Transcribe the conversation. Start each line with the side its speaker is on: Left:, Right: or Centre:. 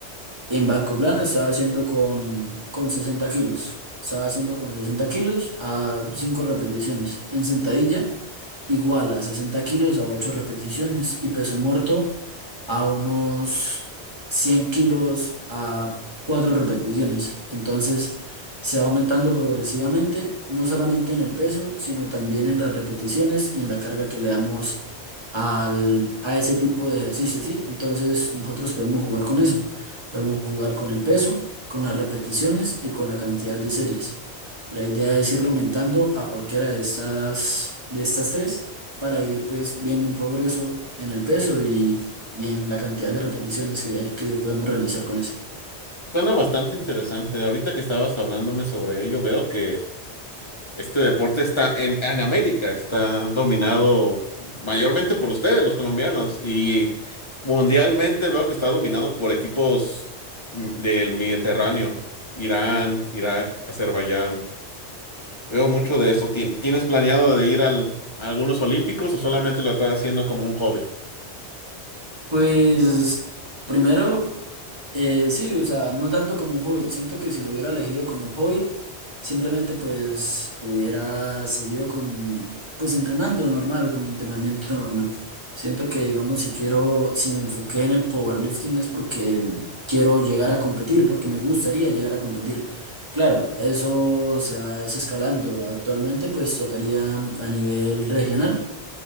Right: En banco plano estaba haciendo con, con 60 kilos. Estaba haciendo con 60 kilos a 5 repeticiones. En sentadilla, igual a 60 kilos a 8 repeticiones. Y peso muerto a unos 100 kilos a 4 repeticiones. Entonces, se va aumentando progresivamente, no solamente en el peso, sino también en las repeticiones y en la carga que le damos al, a ese tipo de ejercicio, ¿sí? Entonces, nosotros podemos jugar con eso. Podemos jugar con el peso, con las repeticiones y con la cantidad de series. La idea es ir aumentando a cualquiera de estas, de estas tres para ir pues viendo un progreso en el peso y, y en la cantidad de repeticiones que, que podemos realizar con eso.
Left: Suena bastante interesante. Ahorita que estabas hablándome sobre ello, veo que Este deporte está en, en América, está dominado mayormente por ustedes, los colombianos, y mundialmente veo que está dominado por equipos mm, del Mediterráneo, Irán, Irak, Azerbaiyán. Veo mucho de eso. Tien- ¿Tienes planeado de ir al, a algunos olímpicos o solamente lo estás haciendo como un hobby?
Right: Pues primero, eh, sí, o sea, no tanto como un hobbit. Siento que si lo hubiera elegido como un hobbit, simplemente pues hubiera seguido con, pues entrenando normal, con mi entrenamiento normal. Siento que, digamos, si quiero, si me enfoqué en el powerlifting es porque quiero llegar a competir, porque me gustaría llegar a competir. Claro, eso se va es escalando. Actualmente pues tocaría a nivel regional.